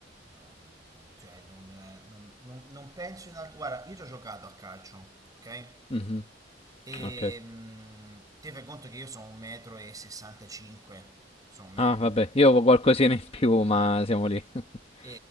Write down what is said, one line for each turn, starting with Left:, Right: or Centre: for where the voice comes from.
Right: Io, cioè, non, non- non- non penso in altro... Guarda, io ci ho giocato a calcio, ok?
Left: Mhm.
Right: E
Left: Ok.
Right: mm, ti fai conto che io sono un metro e 65, sono un metro.
Left: Ah, vabbè, io avevo qualcosina in più, ma
Right: Eh.
Left: siamo lì. <laughs>
Right: E,